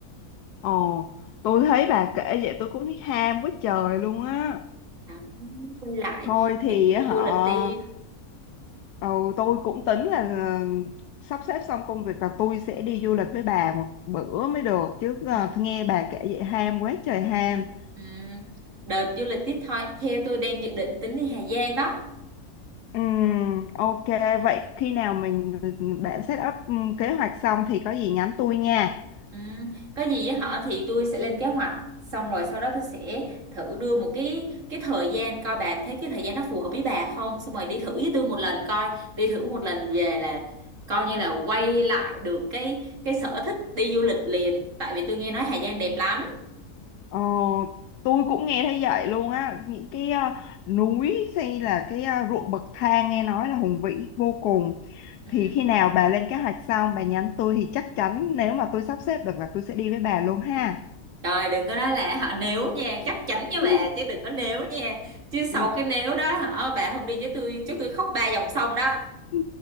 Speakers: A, on the left; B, on the right.
A: Ồ, tôi thấy bà kể vậy tôi cũng thấy ham quá trời luôn á.
B: đó quay lại
A: thôi thì
B: đi đi
A: á họ
B: du lịch đi
A: ừ, tôi cũng tính là ờ, sắp xếp xong công việc là tôi sẽ đi du lịch với bà một bữa mới được chứ ờ,
B: ừ,
A: nghe bà kể vậy ham quá trời ham
B: ừ. đợt du lịch tiếp thôi theo tôi đang dự định tính đi Hà Giang đó
A: Ừm, ok vậy khi nào mình bạn set up ừm, kế hoạch xong thì có gì nhắn tôi nha
B: Ừ. Có gì với họ thì tôi sẽ lên kế hoạch xong rồi sau đó tôi sẽ thử đưa một cái cái thời gian coi bà thấy cái thời gian nó phù hợp với bà không xong rồi đi thử với tôi một lần coi đi thử một lần về là coi như là quay lại được cái cái sở thích đi du lịch liền tại vì tôi nghe nói Hà Giang đẹp lắm
A: Ờ, tôi cũng nghe thấy vậy luôn á những cái ờ, núi hay là cái ờ, ruộng bậc thang nghe nói là hùng vĩ vô cùng
B: ừ.
A: thì khi nào bà lên kế hoạch xong bà nhắn tôi thì chắc chắn nếu mà tôi sắp xếp được là tôi sẽ đi với bà luôn ha
B: Trời đừng có nói là họ nếu nha chắc chắn với
A: Ừ.
B: bà chứ đừng có nếu nha chứ
A: ừ,
B: sau cái nếu đó hả bà không đi với tôi chứ tôi khóc ba dòng sông đó
A: ừ,